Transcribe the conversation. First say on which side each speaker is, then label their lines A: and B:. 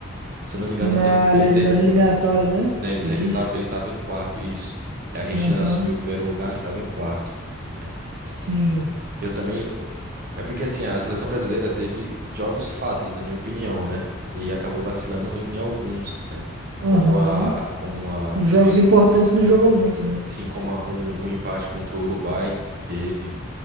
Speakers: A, on the right; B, on the right.
A: Se eu não me engano,
B: Na,
A: ele, eles te,
B: nas eliminatórias, né?
A: né, eles
B: Você
A: te,
B: diz?
A: eles tavam- eles estavam em quarto, isso. E A Argentina
B: Aham,
A: assumiu o primeiro lugar, eles estavam em quarto. né?
B: sim.
A: Eu também. É porque assim, a seleção brasileira teve jogos fáceis, na minha opinião, né? E acabou vacilando em alguns, né?
B: Aham.
A: Como a, como a,
B: Os jogos
A: o
B: importantes não jogam muito, né?
A: Sim, como a- um, um empate contra o Uruguai que teve.